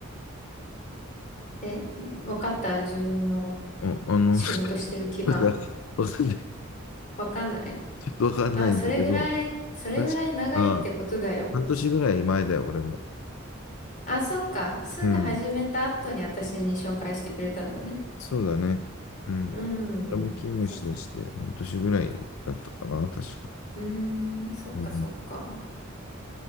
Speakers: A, on the left; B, on the left.
A: え、わかった自分の
B: あ、あの、
A: 仕事してる期間。
B: <laughs> ちょっとわかんない。
A: わかんない
B: ちょっとわかんないんだけど、
A: まあ、それぐらい、それぐらい長いってことだよ。
B: 確か、半年ぐらい前だよ、俺も。
A: あ、そっか。すぐ始めた後に私に紹介してくれたんだね。
B: うん。そうだね。うん。
A: う
B: 俺も勤務しだして半年ぐらいだったかな、
A: ん。そっか。
B: 確か。
A: うーん、そっかそっか。
B: うん。